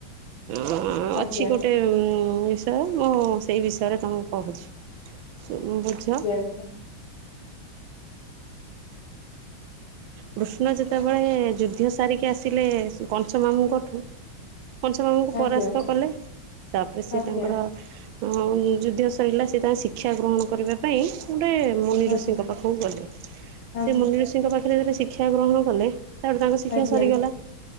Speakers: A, on the right; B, on the left.
A: ଉଁ ଅଛି
B: ଆଜ୍ଞା
A: ଗୋଟେ ବିଷୟ ମୁଁ ସେଇ ବିଷୟରେ ତମକୁ କହୁଛି। ବୁଝ।
B: ଆଜ୍ଞା।
A: କୃଷ୍ଣ ଯେତେବେଳେ ଯୁଦ୍ଧ ସାରିକି ଆସିଲେ କ କଂସ ମାମୁଁଙ୍କଠୁ। କଂସ ମାମୁଁଙ୍କୁ ପରାସ୍ତ
B: ଆଜ୍ଞା
A: କଲେ ତାପରେ ସି
B: ଆଜ୍ଞା
A: ତାଙ୍କର ହଁ ଯୁଦ୍ଧ ସରିଲା ସେ ତାଙ୍କ ଶିକ୍ଷା ଗ୍ରହଣ କରିବାକୁ ସେଥିପାଇଁ ଗୋଟେ ମୁନି
B: ଆଜ୍ଞା
A: ଋଷିଙ୍କ ପାଖକୁ ଗଲେ
B: ଆଜ୍ଞା
A: ସେ ମୁନି ଋଷିଙ୍କ ପାଖରେ ହେଟା ସେ ଶିକ୍ଷା ଗ୍ରହଣ କଲେ ତାପରେ ତାଙ୍କ ଶିକ୍ଷା
B: ଆଜ୍ଞା
A: ସରିଗଲା